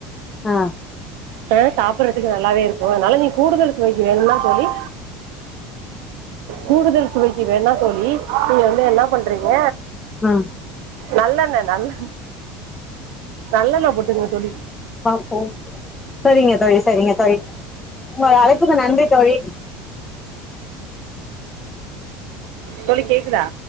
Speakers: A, on the left; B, on the right.
A: அ
B: ஆ சாப்புட்றதுக்கு நல்லாவே இருக்கு அதுனால நீ கூடுதல் இப்போதிக்கி வேணுனா தோழி கூடுதல் சுவைக்கி வேணா தோழி நீங்க வந்து என்னா பண்றீங்க
A: ம்
B: நல்லண்ணெ நல்ல நல்லண்ண போட்டுங்க தோழி
A: பாப்போ செரிங்க தோழி செரிங்க தோழி உங்கள் அழைப்புக்கு நன்றி தோழி
B: தோழி கேக்குதா